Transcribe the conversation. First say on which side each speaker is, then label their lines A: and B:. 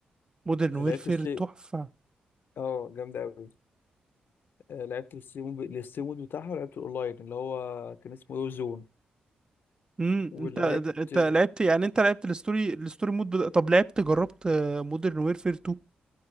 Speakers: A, on the right; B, on the left.
A: مودرن ويرفير
B: لعبت السي
A: تحفة
B: اه جامدة أوي آه، لعبت السي مود السي مود بتاعها ولعبت الأونلاين اللي هو كان اسمه وور زون
A: امم
B: ولعبت
A: انت انت لعبت يعني انت لعبت الستوري الستوري مود بدا... طب لعبت جربت مودرن ويرفير 2